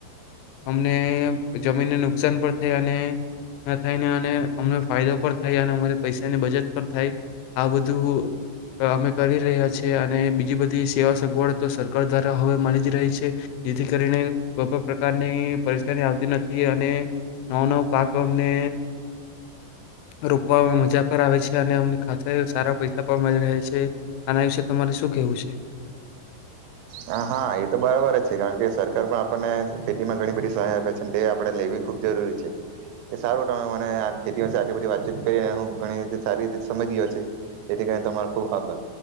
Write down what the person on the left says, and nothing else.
અમને જમીનને નુકસાન પણ થાય અને થાયને અને અમને ફાયદો પણ થાય અને અમારી પૈસાની બજત પણ થાય આ બધું અમે કરી રહ્યા છીએ અને બીજી બધી સેવા સગવડ તો સરકાર દ્વારા હવે મળી જ રહી છે જેથી કરીને પ્રોપર પ્રકારની પરેશાની આવતી નથી અને નવો નવો પાક અમને રોપવા મજા પર આવે છે અને અમને ખાસ સારા પૈસા પણ મળી રહે છે આના વિશે તમારે શું કેવું છે?